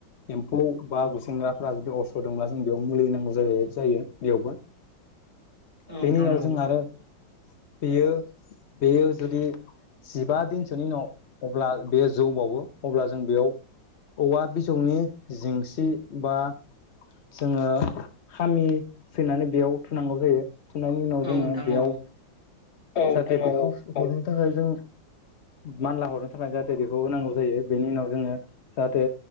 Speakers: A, on the left; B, on the left.
A: एम्फौ बा गुसेंग्राफ्रा जुदि अस्र' दब्ला जों बेयाव मुलि होनांगौ जाय जायो बेयावबो
B: औ
A: बेनि
B: नोंथां
A: उनाव
B: नंगौ
A: जों आरो बेयो बेयो जुदि जिबा दिनसोनि उनाव- अब्ला बे जौ बावो अब्ला जों बेयाव औवा बिजौनि जेंसि बा जोङो खामि फैनानै बेयाव थुनांगौ जायो थुनायनि उनाव
B: औ
A: जोङो
B: नोंथां
A: बेयाव
B: औ
A: जाहाथे बेखौ हरनो थाखाय जों मानला हरनो थाखाय जाहाथे बेखौ होनांगौ जायो बेनि उनाव जोङो जाहाथे